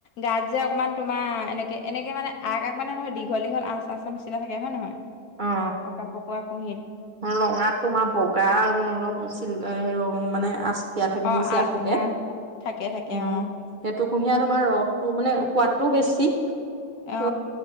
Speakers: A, on the left; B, on the right.
A: গাত যে অকণমান তোমাৰ এনেকে-এনেকে মানে আগ-আগ মানে নহয় দীঘল-দীঘল আচ-আচ ৰ নিচিনা থাকে। হয় নহয়?
B: অ।
A: পকা পকোৱা কুহিত
B: অ, ৰঙাত তোমাৰ বগা অলপ চিল এ ৰঙ মানে আছে। দিয়া থকা,
A: অ
B: নিচিনা
A: আচ
B: থাকে।
A: আচ থাকে থাকে
B: উম'
A: অ
B: সেইটো কুঁহিয়াৰ তোমাৰ ৰসটো মানে সোৱাদটো বেছি।
A: অ,
B: তো